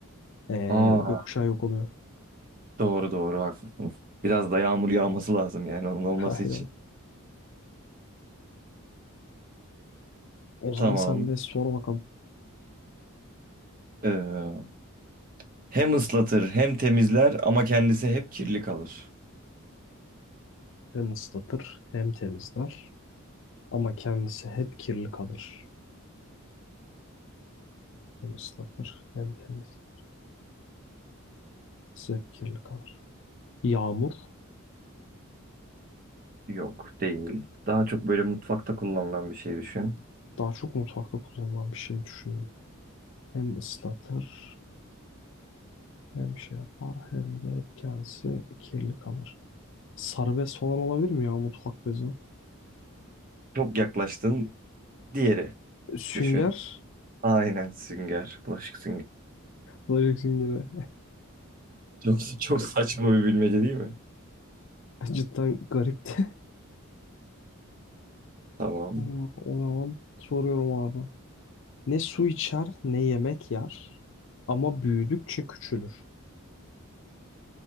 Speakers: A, on the left; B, on the right.
A: E,
B: Aa,
A: gökkuşağı yok oluyor.
B: doğru doğru haklısın. Biraz da yağmur yağması lazım yani onun olması
A: <laughs> Aynen.
B: için.
A: O zaman
B: Tamam.
A: sen de sor bakalım.
B: Ee, hem ıslatır hem temizler ama kendisi hep kirli kalır.
A: Hem ıslatır hem temizler. Ama kendisi hep kirli kalır. Hem ıslatır hem temiz. Kendisi hep kirli kalır. Yağmur
B: Yok değil. Daha çok böyle mutfakta kullanılan bir şey düşün.
A: daha çok mutfakta kullanılan bir şey düşünün. Hem ıslatır hem şey yapar hem de hep kendisi kirli kalır. Sarı bez falan olabilir mi ya mutfak bezi?
B: Çok yaklaştın. Diğeri
A: Sünger.
B: düşün. Aynen sünger. Bulaşık sünger.
A: Bulaşık süngeri.
B: Çok, çok saçma bir bilmece değil mi?
A: <laughs> Cidden garipti.
B: Tamam.
A: Hadi bak o zaman soruyorum abi. Ne su içer ne yemek yer ama büyüdükçe küçülür.